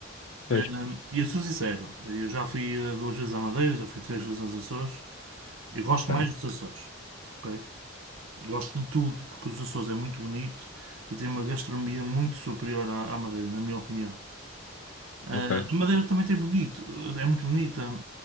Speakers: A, on the left; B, on the right.
A: Pois,
B: Hum, E eu sou sincero, eu já fui eh, duas vezes à Madeira, já fui três vezes aos Açores. Eu gosto
A: ok,
B: mais dos Açores, ok? Gosto de tudo, porque os Açores é muito bonito e tem uma gastronomia muito superior à, à Madeira, na minha opinião. Ah,
A: ok,
B: a Madeira também tem bonito, é muito bonita.